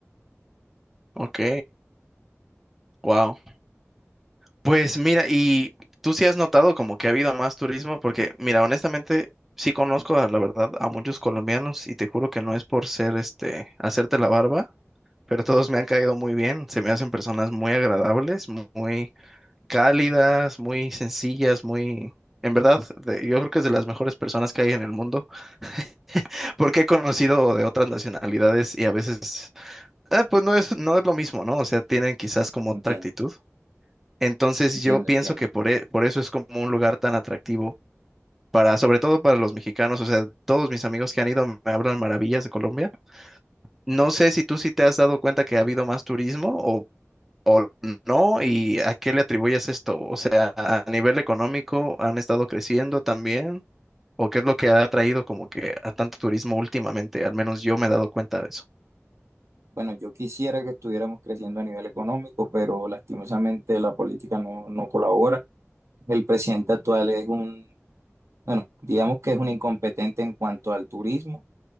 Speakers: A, in the centre; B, on the right.
A: Ok. Wow. Pues mira, y tú sí has notado como que ha habido más turismo, porque mira, honestamente sí conozco a- la verdad a muchos colombianos y te juro que no es por ser este, hacerte la barba, pero todos me han caído muy bien, se me hacen personas muy agradables, mu- muy cálidas, muy sencillas, muy... En verdad, de- yo creo que es de las mejores personas que hay en el mundo, <laughs> porque he conocido de otras nacionalidades y a veces, eh, pues no es, no es lo mismo, ¿no? O sea, tienen quizás como otra
B: Entiendo,
A: actitud. Entonces
B: entiendo,
A: yo pienso
B: entiendo.
A: que por, e- por eso es como un lugar tan atractivo para, sobre todo para los mexicanos, o sea, todos mis amigos que han ido me hablan maravillas de Colombia. No sé si tú sí te has dado cuenta que ha habido más turismo o, o no, y a qué le atribuyes esto, o sea, a nivel económico han estado creciendo también, o qué es lo que ha traído como que a tanto turismo últimamente, al menos yo me he dado cuenta de eso.
B: Bueno, yo quisiera que estuviéramos creciendo a nivel económico, pero lastimosamente la política no, no colabora. El presidente actual es un Bueno, digamos que es un incompetente en cuanto al turismo.